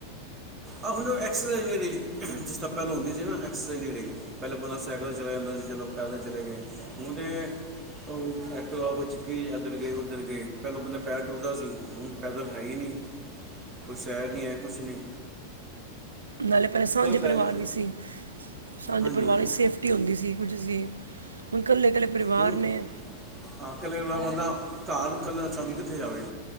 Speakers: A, on the right; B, on the right.
A: ਆ ਹੁਨ ਓ ਐਕਸਰਸਾਈਜ਼ ਨੀ ਰਈ। ਜਿਸ ਤਰਾਂ ਪੈਲੋਂ ਹੁੰਦੀ ਸੀ ਨਾ ਐਕਸਰਸਾਈਜ਼ ਨੀ ਰਈ। ਪੈਲਾਂ ਬੰਦਾ ਸੈਕਲ ਚਲਾ ਜਾਂਦਾ ਸੀ ਚਲੋ ਪੈਦਲ ਚਲੇ ਗਏ। ਹੂਂ ਤੇ ਓ ਐਕਟੋਵਾ ਕੋਈ ਚੁੱਕੀ ਏਧਰ ਗਏ ਓਧਰ ਗਏ ਪੈਲੋਂ ਬੰਦਾ ਪੈਦਲ ਟੁਰਦਾ ਸੀ ਹੁਣ ਪੈਦਲ ਹੈ ਈ ਨੀ। ਕੋਈ ਸੈਰ ਨੀ ਹੈ ਕੁਛ ਨੀ।
B: ਨਾਲੇ ਪੈਲੇ ਸਾਂਝੇ ਪਰਿਵਾਰ
A: ਪੈ ਗਿਆ
B: ਵੀ ਸੀ ਸਾਂਝੇ
A: ਹਾਂਜੀ
B: ਪਰਿਵਾਰਾਂ
A: ਹਾਂਜੀ
B: ਸੇਫ ਟੀ ਹੁੰਦੀ ਸੀ। ਕੁਝ ਸੀ, ਹੁਨ ਕੱਲੇ ਕੱਲੇ ਪਰਿਵਾਰ
A: ਹੁਣ
B: ਨੇ
A: ਆ ਕੱਲੇ ਮੈਂ ਬੰਦਾ ਘਰ ਕੱਲਾ ਛਡਕੇ ਕਿੱਥੇ ਜਾਵੇ।